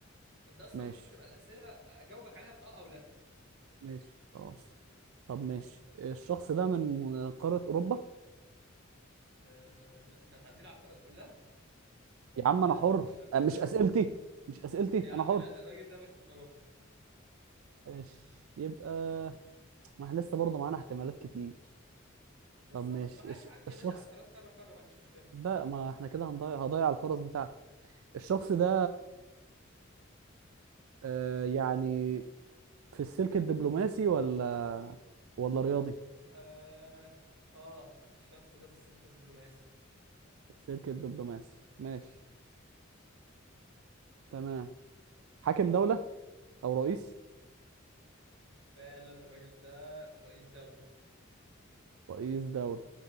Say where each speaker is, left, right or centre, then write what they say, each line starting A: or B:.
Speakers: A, on the right; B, on the right.
A: انت اصلا
B: ماشي
A: المفروض تبقى الاسئلة اجاوبك عليها باه او لا
B: ماشي خلاص طب ماشي الشخص ده من قارة أوروبا
A: أه لا انت هتعدي لي على القارات كلها
B: يا
A: لا
B: عم أنا حر
A: الشخص
B: آه، مش
A: ده
B: أسئلتي مش أسئلتي
A: يا عم
B: أنا حر
A: لا الراجل ده مش من اوروبا
B: ماشي يبقى ما احنا لسه برضه معانا احتمالات كتير
A: بالظبط
B: طب ماشي
A: معاك
B: الش...
A: عدي
B: الشخص
A: يا باشا على القارات قارة قارة ما عنديش مشكلة
B: ده ما احنا كده هنضيع هضيع الفرص بتاعتي الشخص ده آه يعني في السلك الدبلوماسي ولا ولا رياضي
A: اه اه الشخص ده في السلك الدبلوماسي
B: السلك الدبلوماسي ماشي تمام حاكم دولة او رئيس
A: فعلا الراجل ده رئيس دولة
B: رئيس دولة